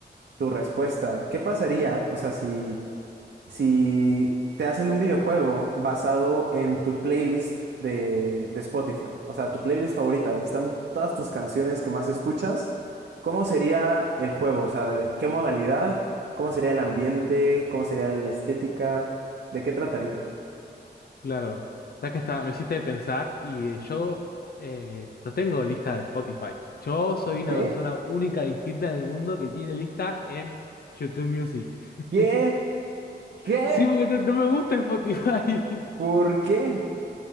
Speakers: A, on the right (about 70°); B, on the left (about 60°).
A: tu respuesta. ¿Qué pasaría, o sea, si si te hacen un videojuego basado en tu playlist de, de Spotify, o sea, tu playlist favorita, donde están todas tus canciones que más escuchas, ¿cómo sería el juego? O sea, ¿qué modalidad? ¿Cómo sería el ambiente? ¿Cómo sería la estética? ¿De qué trataría?
B: Claro. Sabes que está, me hiciste pensar y eh, yo eh, no tengo lista de Spotify. Yo soy una
A: ¿Qué?
B: persona única, distinta en el mundo que tiene lista en YouTube Music. <laughs>
A: ¿Qué? ¿Qué?
B: Sí, porque no, no me gusta Spotify.
A: ¿Por qué?